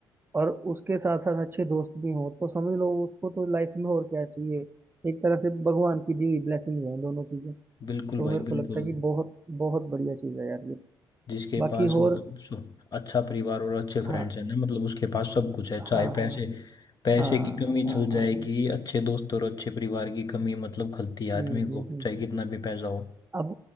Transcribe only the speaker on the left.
बिल्कुल
भाई
बिल्कुल
जिसके
पास मतलब
सु- अच्छा परिवार और अच्छे फ्रेंड्स
हैं ना मतलब उसके पास सब कुछ है चाहे
पैसे
पैसे
की कमी
चल जाएगी
अच्छे दोस्त और अच्छे परिवार की कमी मतलब खलती है
आदमी
को
चाहे
कितना भी पैसा हो